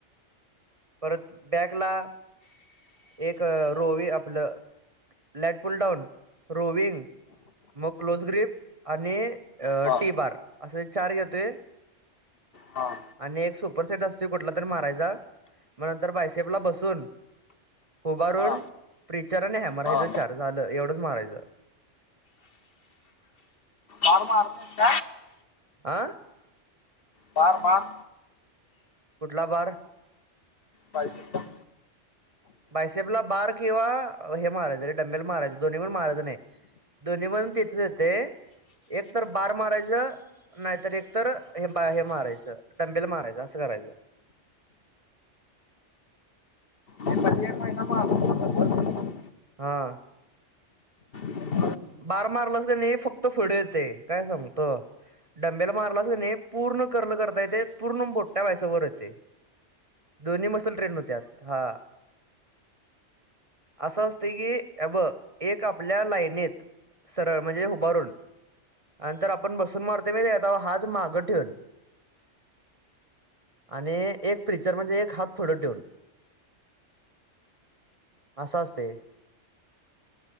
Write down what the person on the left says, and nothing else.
हा
हा
हा
हा
वार् स.
बार बार.
पाहिजे का.
म्हणजे एक महिना मारून बघायचं.
एक